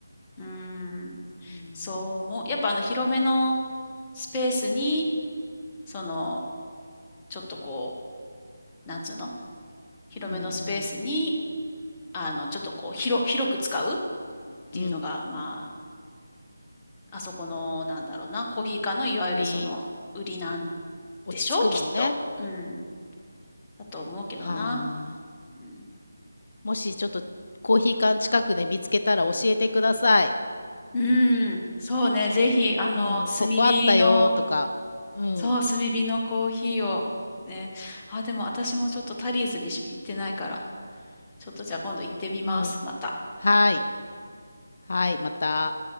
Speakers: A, on the left; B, on the left.
A: うーん。
B: うん。
A: そう思う。やっぱあの、広めのスペースに、その、ちょっとこう、なんつうの広めのスペースに、
B: うん。
A: あの、ちょっとこう、広、広く使うっていうのが、
B: うん。
A: まあ、あそこの、なんだろうな、コーヒー館のいわゆるその、
B: 売り、
A: 売りなん
B: 落ち着くもんね。
A: でしょきっと。うん。だと思うけどな。
B: ああ。
A: うん、
B: もしちょっとコーヒー缶近くで見つけたら教えてください。
A: うんそうね、ぜひ、あの、
B: うん。
A: 炭火の、
B: ここあったよとか。うん。
A: そう、炭火のコーヒーを、ね。あ、でも私もちょっとタリーズにし行ってないから、ちょっとじゃあ今度行ってみます、
B: うん。
A: また。
B: はい。はい。また。